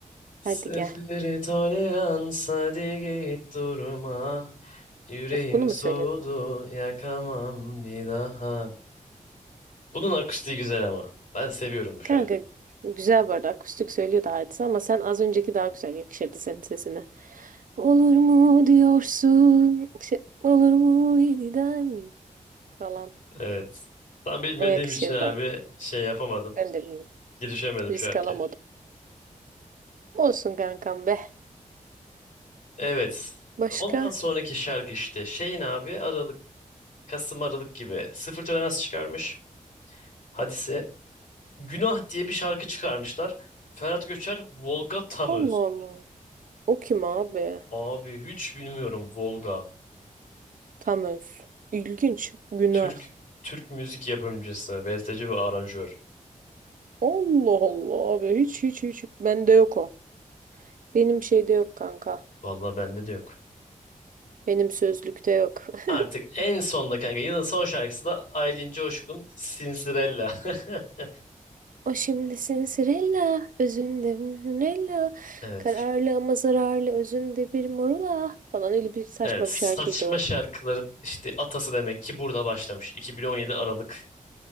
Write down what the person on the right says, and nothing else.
Hadi gel.
Öf, bunu
mu söyledin?
Kanka güzel bu arada akustik söylüyordu hadise ama sen az önceki daha güzel yakışırdı senin sesine. Olur mu diyorsun? Şey, olur mu yeniden falan.
O yakışır
da.
Ben de bilmiyorum.
Risk
alamadım. Olsun kankam be.
Başka?
Allah Allah. O kim abi?
Tam öz. İlginç. Günah.
Allah Allah abi. Hiç hiç hiç. Bende yok o. Benim şeyde yok kanka.
Benim sözlükte yok.
<laughs>
O şimdi sinsirella. Özünde Nella.
Kararlı ama zararlı özünde bir morula falan öyle bir saçma
bir şarkıydı
o.